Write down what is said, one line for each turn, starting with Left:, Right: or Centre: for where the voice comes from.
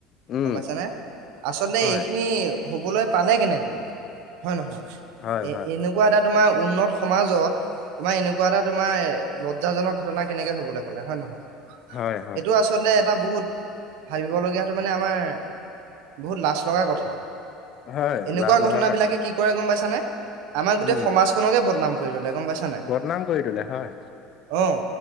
Left: উম
Right: গম পাইছানে? আচলতে
Left: হয়
Right: এইখিনি হ'বলে পালে কেনেকৈ? হয় নহয়?
Left: হয়
Right: এ
Left: হয়
Right: এনেকুৱা এটা তোমাৰ উন্নত সমাজত তোমাৰ এনেকুৱা এটা তোমাৰ এ লজ্জাজনক ঘটনা কেনেকে হ'বলে পালে, হয় নহয়?
Left: হয় হয়
Right: এইটো আচ আচলতে এটা বহুত ভাবিব লগীয়াটো মানে আমাৰ বহুত লাজ লগা কথা।
Left: হয়।
Right: এনেকুৱা
Left: লাজ লগা
Right: ঘটনাবিলাকে
Left: কথা
Right: কি কৰে গম পাইছানে? আমাৰ
Left: উম
Right: গোটেই সমাজখনকে বদনাম কৰি তোলে, গম পাইছা নাই?
Left: বদনাম কৰি তোলে হয়
Right: অ।